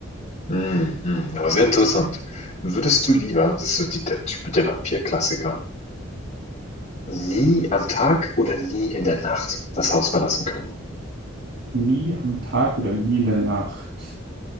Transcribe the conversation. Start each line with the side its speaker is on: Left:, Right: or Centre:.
Left: Mm, mm, aber sehr interessant. Würdest du lieber, das ist so die, der Typ der Vampir-Klassiker, nie am Tag oder nie in der Nacht das Haus verlassen können?
Right: Nie am Tag oder nie in der Nacht.